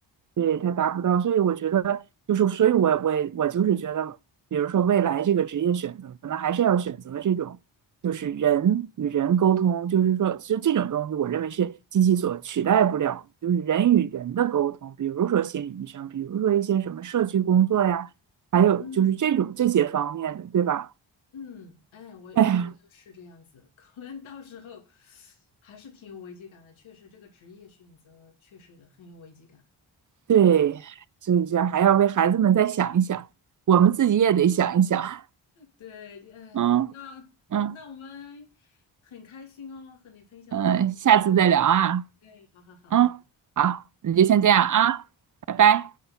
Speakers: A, on the right; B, on the left.
A: 对，它达不到，所以我觉得就是，所以我我我就是觉得，比如说未来这个职业选择，可能还是要选择这种。就是人与人沟通，就是说，其实这种东西，我认为是机器所取代不了的，就是人与人的沟通，
B: 嗯
A: 比如说心理医生，比如说一些什么社区工作呀，还有就是这种这些方面的，
B: 嗯
A: 对吧？
B: 嗯，哎，我我觉得是这样子，
A: <laughs> 哎，
B: 可能到时候还是挺有危机感的。确实，这个职业选择确实很有危机感。
A: 对，所以这还要为孩子们再想一想，我们自己也得想一想。
B: 对，哎，
A: 嗯
B: 那那我们
A: 嗯
B: 很开心哦，和你分享了就是人工智能。
A: 嗯，下次再聊啊。
B: 对，好好好。
A: 嗯，好，那就先这样啊，拜拜。